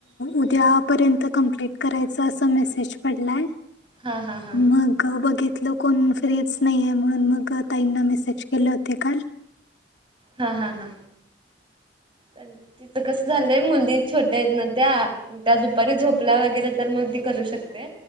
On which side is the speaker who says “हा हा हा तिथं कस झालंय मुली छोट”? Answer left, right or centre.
Right